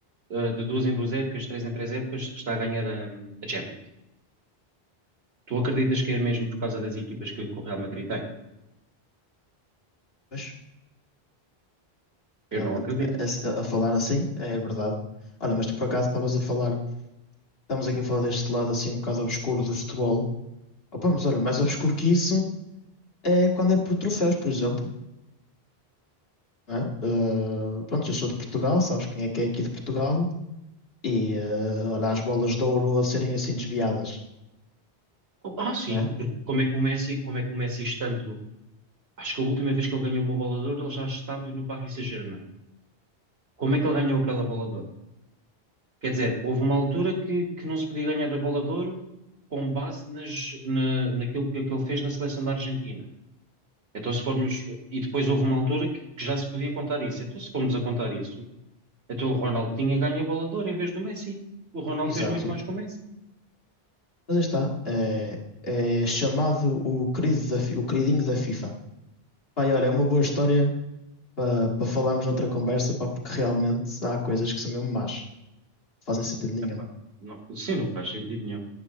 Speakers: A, on the right; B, on the left.
A: eh, de duas em duas épocas, três em três épocas, está a ganhar a, a Champions. Tu acreditas que é mesmo por causa das equipas que que o Real Madrid tem?
B: Mas
A: Eu
B: realmente,
A: não acredito.
B: a, a- a falar assim, é verdade. Olha, mas tu por acaso estavas a falar, estamos aqui a falar deste lado assim um bocado obscuro do futebol. Opa, mas olha, mais obscuro que isso é quando é por troféus, por exemplo. não é? Eh, pronto, eu sou de Portugal, sabes quem é que é aqui de Portugal? E eh, olha, as bolas de ouro a serem assim desviadas,
A: Oh, Ah, sim,
B: não é?
A: porque como é que o Messi, como é que o Messi estando Acho que a última vez que ele ganhou uma bola de ouro, ele já estava no Paris Saint-Germain. Como é que ele ganhou aquela bola de ouro? Quer dizer, houve uma altura que, que não se podia ganhar a bola de ouro com base nas- na, naquilo que, que ele fez na seleção da Argentina. Então, se formos. E depois houve uma altura que, que já se podia contar isso. Então, se formos a contar isso, então o Ronaldo tinha ganho a bola de ouro em vez do Messi. O Ronaldo
B: Exato.
A: fez muito mais que o Messi.
B: Mas aí está. É, é chamado o querido da, Fi- o queridinho da FIFA. Pai, olha, é uma boa história para para falarmos noutra conversa, pá, porque realmente há coisas que são mesmo más. Não fazem sentido nenhum.
A: Epá, não, sim, não faz sentido nenhum.